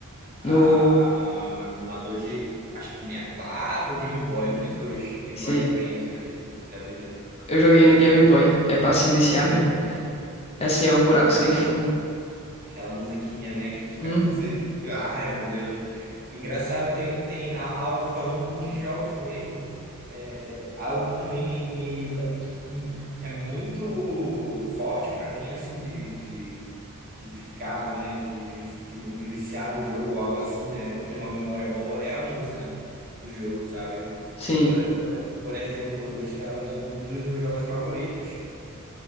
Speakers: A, on the right (about 40°); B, on the left (about 25°).
A: Ah,
B: No.
A: emulador de, acho que 64, ou Game Boy, um dos dois, Game
B: Sim.
A: Boy Advance, um daqueles assim da vida,
B: Eu joguei
A: sabe?
B: no Game
A: É,
B: Boy. É pra se viciar mesmo, cara. É assim, é um buraco
A: Aquela, mu-
B: sem fundo.
A: aquela musiquinha, né, que fica,
B: Uhum.
A: você, ai meu Deus. Engraçado, tem, tem a- algo falando de jogos mesmo, é, algo que também me, me la- que me- é muito forte para mim, assim, de, de, de ficar, né, de, de, de me viciar no jogo ou algo assim, né, ou ter uma memória boa, é a música do jogo, sabe?
B: Sim.
A: Por, por, por exemplo, eu vou te dar um exemplo dos meus jogos favoritos.